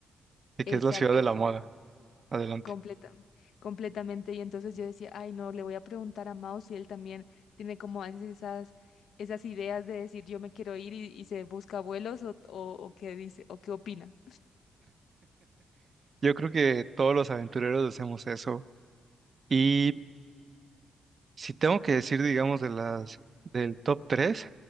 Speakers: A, on the right (about 45°); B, on the left (about 80°).
A: de
B: exacto,
A: que es la ciudad de la moda. Adelante.
B: completam- completamente. Y entonces yo decía, ay, no, le voy a preguntar a Mao si él también tiene como a veces esas... esas ideas de decir yo me quiero ir y, y se busca vuelos o, o, o qué dice o qué opina.
A: Yo creo que todos los aventureros hacemos eso. Y si tengo que decir, digamos, de las del top 3,